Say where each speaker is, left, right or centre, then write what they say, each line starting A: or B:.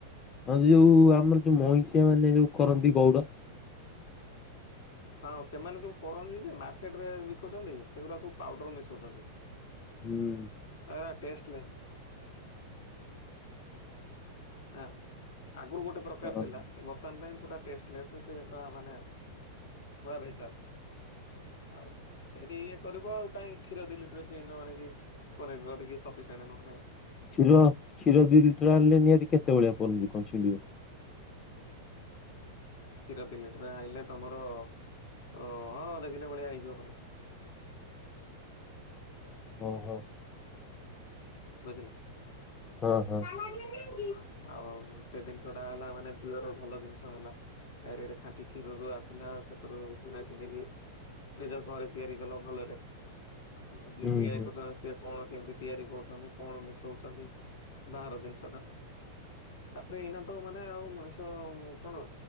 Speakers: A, on the left; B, on the left.
A: ହଁ ଯୋଉ ଆମର ଯୋଉ ମଇଁଷିଆ
B: କିନ୍ତୁ
A: ମାନେ ଯୋଉ କରନ୍ତି ଗୋଉଡ।
B: ହଁ ସେମାନେ ଯୋଉ କରନ୍ତି ଯେ ମାର୍କେଟ ରେ ବିକୁଚନ୍ତି ସେଗୁରା ସବୁ ପାଉଡର ମିଶୋଉଚନ୍ତି।
A: ହୁଁ।
B: ଆଁ। ଟେଷ୍ଟ ଲେସ୍ ଆଁ ଆଗରୁ ଗୋଟେ ପ୍ରକାର
A: ଓହୋ
B: ଥିଲା ବର୍ତ୍ତମାନ ପାଇଁ ପୁରା ଟେଷ୍ଟଲେସ୍ ସେ ପୁରା ମାନେ ପୁରା ଭେଜାଲ। ଆଉ ସେଇଠି ଇଏ କରିବ କାଇଁ କ୍ଷୀର ଦି ଲିଟର କିଣି ନ ଆଣିିକି ଘରେ କରିକି ସଫିସିଏଣ୍ଟ ନଖାଇବୁ।
A: କ୍ଷୀର କ୍ଷୀର ଦି ଲିଟର୍ ଆଣିଲେ ନିହାତି କେତେ ବଡିଆ ପନିର୍ କଁ ଛିଣ୍ଡିିବ।
B: କ୍ଷୀର ଦି ଲିଟର ଆଣିଲେ ତମର ଓ ହଁ ଅଧକିଲ ଭଳିଆ ହେଇଯିବ ପନିର୍।
A: ଓହୋ
B: ବୋଇଥିଲେ
A: ହଁ ହଁ।
B: ଆଉ ସେଇ ଦିନ୍ଷ ଟା ହେଲା ମାନେ ପିଓର ଭଲ ଦିନ୍ଷ ହେଲା ଏରିଆଡେ ଖାଣ୍ଟି କ୍ଷୀର ରୁ ଆସିଲା ସେଥୁରୁ ଛେନା ଛିଣ୍ଡିକି ନିଜ ଘରେ ତିଆରି କଲ ଭଲରେ ଆଉ ଯିଏ
A: ହୁଁ
B: ତିଆରି
A: ହୁଁ।
B: କରୁଚନ୍ତି ସିଏ କଣ କେମିତି ତିଆରି କରୁଛନ୍ତି କଣ ମିଶୋଉଚନ୍ତି ବାହାର ଜିନ୍ଷ ଟା ନା। ତାପରେ ଏଇନା ତ ମାନେ ଆଉ ମଣିଷ କଣ